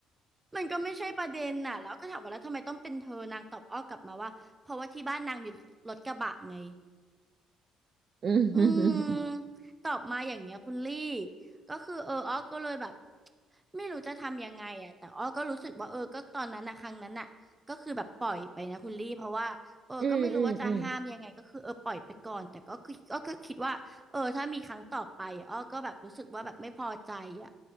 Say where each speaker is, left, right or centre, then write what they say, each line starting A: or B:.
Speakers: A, on the right; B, on the right.
A: มันก็ไม่ใช่ประเด็นน่ะแล้วก็ถามว่าแล้วทำไมต้องเป็นเธอนางตอบอ้อกลับมาว่าเพราะว่าที่บ้านนางมีรถกระบะไง
B: อืม
A: อืมตอบมาอย่างเงี้ยคุณลี่ก็คือเอออ้อก็เลยแบบไม่รู้จะทำยังไงอ่ะแต่อ้อก็รู้สึกว่าเออก็ตอนนั้นอะครั้งนั้นอะก็คือแบบปล่อยไปนะคุณลี่เพราะว่าเออก็ไม่รู้ว่าจะห้ามยังไงก็คือเออปล่อยไปก่อนแต่ก็คืออ้อก็คิดว่าเออถ้ามีครั้งต่อไปอะอ้อก็แบบรู้สึกว่าแบบไม่พอใจอ่ะ
B: อืมอืมอืม